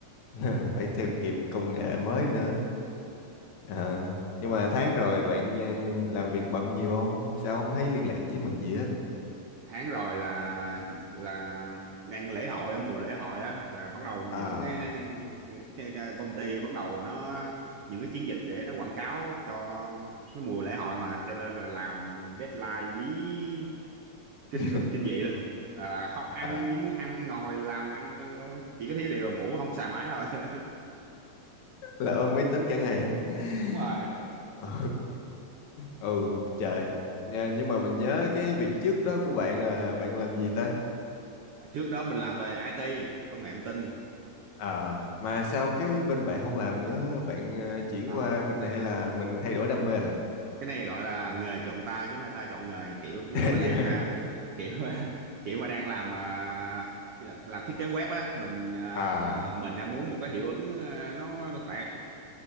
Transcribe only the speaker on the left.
<laughs> phải theo kịp công nghệ mới nữa Ờ, nhưng mà
tháng rồi bạn ờ, làm việc bận nhiều không sao không thấy liên lạc với mình gì hết
à,
<laughs>
à
là ôm máy tính cả ngày <laughs>
ừ, ừ trời Dạ, nhưng mà mình nhớ cái việc trước đó của bạn là bạn làm gì ta
Ờ,
À, mà sao cái bên bạn không làm nữa, bạn ờ, chuyển
qua bên này hay là mình thay đổi đam mê à?
<laughs>
Dạ.
À,